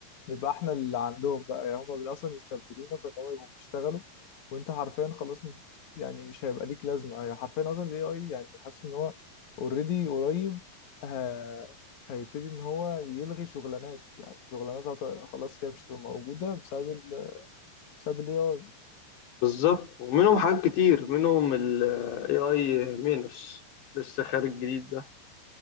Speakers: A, on the left; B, on the left.
A: نبقى احنا اللي عندهم بقى يعني هم اصلا يستبدلونا فان هم يبقوا بيشتغلوا وانت حرفيا خلاص م- يعني مش هيبقى ليك لازمه يعني حرفيا اصلا الاي اي يعني حاسس ان هو اوريدي قريب ه- هيبتدي ان هو يلغي شغلانات يعني شغلانات هت- خلاص كده مش هتبقى موجوده بسبب ال بسبب الاي اي
B: بالظبط ومنهم حاجات كتير منهم ال AI مينوس لسه خارج جديد ده